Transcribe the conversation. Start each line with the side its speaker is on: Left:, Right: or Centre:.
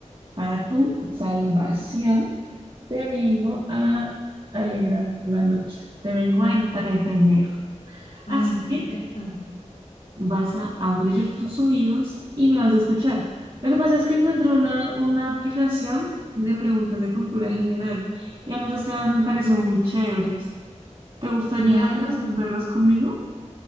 Right: para tu salvación te vengo a alegrar la noche, te vengo a entretener.
Left: Ay,
Right: Así
Left: perfecto.
Right: que vas a abrir tus oídos y me vas a escuchar. Lo que pasa es que encontré una, una aplicación de preguntas de cultura general y a mí esos temas me parecen muy chéveres. ¿Te gustaría
Left: Claro,
Right: resolverlas conmigo?